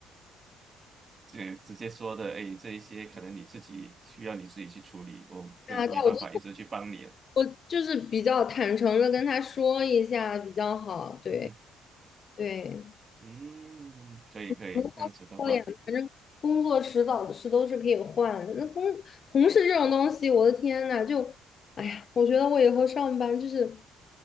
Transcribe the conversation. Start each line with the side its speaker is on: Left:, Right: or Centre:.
Right: 这直接说的，哎，这一些可能你自己需要你自己去处理，我跟没办法一直去帮你了，
Left: 对啊，对啊我就我就是比较坦诚的跟他说一下比较好，对
Right: 嗯哼，
Left: 对。
Right: 嗯，可以可以，
Left: 不过说呀，
Right: 这样子的话，
Left: 反正工作迟早的事都是可以换的。那工同事这种东西，我的天呐，就，哎呀，我觉得我以后上班就是，